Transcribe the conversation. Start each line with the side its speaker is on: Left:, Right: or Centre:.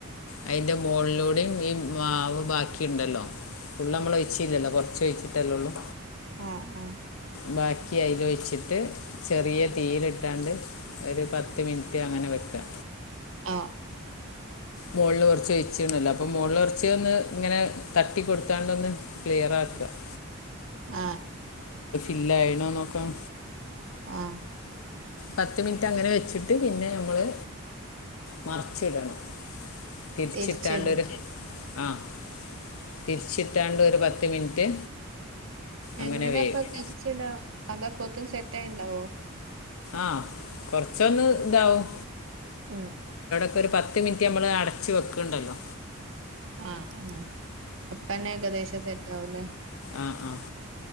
Left: അയിന്റെ മോളിലൂടെയും ഈ മാവ് ബാക്കിണ്ടല്ലോ ഫുള് നമ്മള് ഒഴിച്ചില്ലല്ലോ കൊറച്ചു ഒഴിച്ചിട്ടല്ലേ ഉള്ളൂ
Right: ആ ആ
Left: ബാക്കിയായി ആയിലോയിച്ചി ചെറിയ തീയിലിട്ടാണ്ട് ഒരു പത്ത് മിനിറ്റ് അങ്ങനെ വെക്കുക
Right: ആ
Left: മോളിൽ കുറച്ച് ഒഴിചീനല്ലോ അപ്പൊ മുകളിൽ കൊറച്ച് ഒന്ന് ഇങ്ങനെ തട്ടി കൊടുത്താണ്ട് ഒന്ന് ക്ലിയർ ആക്കുക <inaudible>
Right: ആ
Left: ഇല്ല അയിനോ നോക്കാം
Right: ആഹ്
Left: പത്ത് മിനിറ്റ് അങ്ങനെ വെച്ചിട്ട് പിന്നെ നമ്മള് മറിച്ചിടണം തിരിച്ചിട്ടാണ്ടരു
Right: തിരിച്ചിടാ
Left: ആഹ് തിരിച്ചിട്ടാണ്ട് ഒരു പത്ത് മിനിറ്റ് അങ്ങനെ
Right: എങ്ങനെ
Left: വേവും
Right: അപ്പ തിരിച്ചട അതപ്പൊത്തും സെറ്റ് ആയിണ്ടാവോ
Left: ആഹ് കൊറച്ചൊന്ന് താവും
Right: ഉം
Left: പ്പ ഒര് പത്ത് മിനിറ്റ് നമ്മള് അടച്ച് വെക്ക്ണ്ടല്ലോ
Right: ആഹ് ആ അപ്പന്നെ ഏകദേശം സെറ്റ് ആവൂലേ
Left: ആ ആ